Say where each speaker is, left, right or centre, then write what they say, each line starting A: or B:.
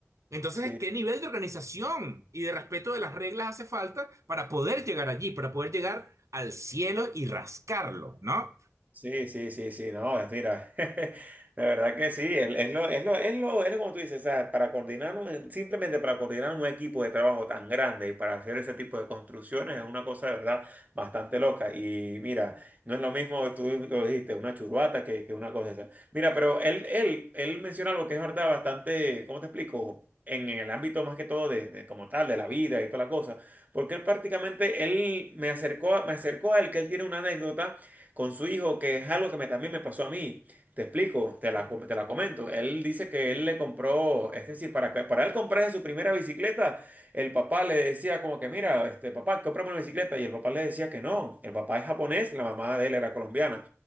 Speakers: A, on the right (about 85°); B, on the right (about 35°).
A: Entonces,
B: sí.
A: ¿qué nivel de organización y de respeto de las reglas hace falta para poder llegar allí, para poder llegar al cielo y rascarlo, ¿no?
B: Sí, sí, sí, sí, no, es, mira, <laughs> de verdad que sí, es, es lo, es lo, es lo, es lo como tú dices, o sea, para coordinar, un- simplemente para coordinar un equipo de trabajo tan grande y para hacer ese tipo de construcciones es una cosa de verdad bastante loca. Y mira, no es lo mismo, tú lo dijiste, una churbata que, que una cosa esa. Mira, pero él, él, él menciona algo que es verdad bastante, ¿cómo te explico? En, en el ámbito más que todo de, de como tal, de la vida y toda la cosa, porque él prácticamente, él me acercó, a- me acercó a él que él tiene una anécdota con su hijo, que es algo que me- también me pasó a mí. Te explico, te la, com- te la comento. Él dice que él le compró, es decir, para, que- para él comprarse su primera bicicleta, el papá le decía como que, mira, este papá, cómprame una bicicleta. Y el papá le decía que no. El papá es japonés, la mamá de él era colombiana.